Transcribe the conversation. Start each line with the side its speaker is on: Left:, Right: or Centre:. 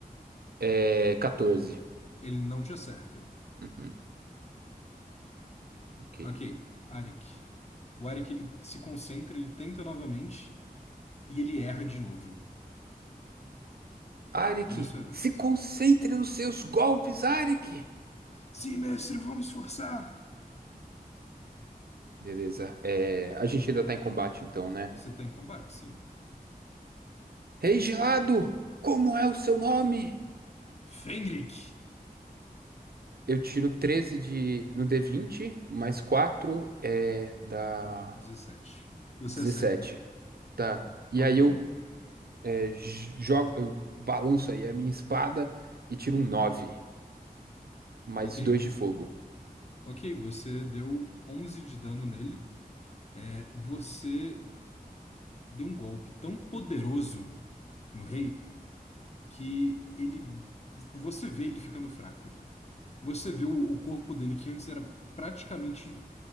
Right: É 14.
Left: Ele não te acerta.
Right: Uhum, ok.
Left: Ok, Arik. O Arik ele se concentra, ele tenta novamente e ele erra de novo.
Right: Arik,
Left: E é a sua vez.
Right: se concentre nos seus golpes, Arik!
Left: Sim, mestre, vou me esforçar.
Right: Beleza. É, a gente ainda tá em combate, então, né?
Left: Você tá em combate, sim.
Right: Rei Gelado, como é o seu nome?
Left: Fenrik!
Right: Eu tiro 13 de, no d vinte mais 4 é, dá
Left: dezessete. Você
Right: 17.
Left: acerta.
Right: Tá. E
Left: Rola
Right: aí
Left: o dano.
Right: eu é, j- jogo, eu balanço aí a minha espada e tiro um 9 mais
Left: Ok.
Right: 2 de fogo.
Left: Ok, você deu 11 de dano nele. É, você deu um golpe tão poderoso no rei que ele. Você vê ele ficando fraco. Você vê o, o corpo dele que antes era praticamente